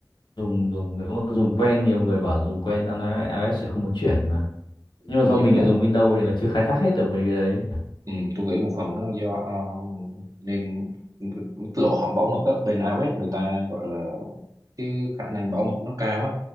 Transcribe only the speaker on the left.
dùng dùng nếu mà dùng quen nhiều người bảo dùng quen iOS sẽ không muốn chuyển mà nhưng
mà do
mình
lại dùng Windows nên là chưa khai thác hết được mấy cái đấy